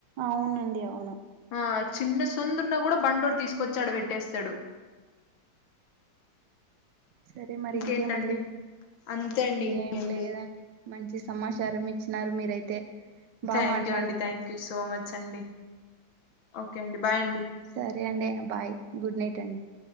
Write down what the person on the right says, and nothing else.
అవునండి అవును
సరే మరి
ఇంకేమండి
ఏం లేదండి మంచి సమాచారం ఇచ్చినారు మీరైతే బాగా
మాట్లాడిన
సరే అండి బాయ్ గుడ్ నైట్ అండి